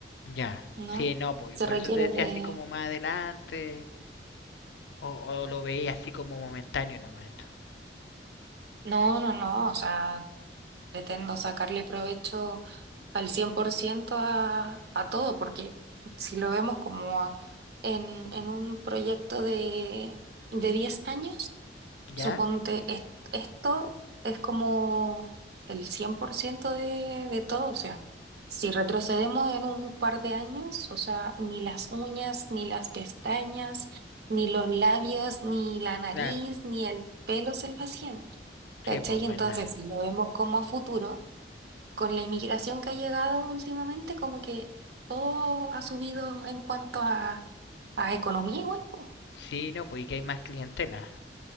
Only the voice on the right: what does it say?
¿no?
Se
requiere
de...
No, no, no, o sea... Pretendo sacarle provecho al 100% a, a todo, porque si lo vemos como a- en, en un proyecto de, de 10 años,
Suponte, es- esto es como el 100% de, de todo, o sea, si retrocedemos en un par de años, o sea, ni las uñas, ni las pestañas, ni los labios, ni la nariz,
ni el pelo se vacían,
¿cachai?
Entonces, si lo vemos como a futuro, con la inmigración que ha llegado últimamente, como que todo ha subido en cuanto a, a economía igual, po.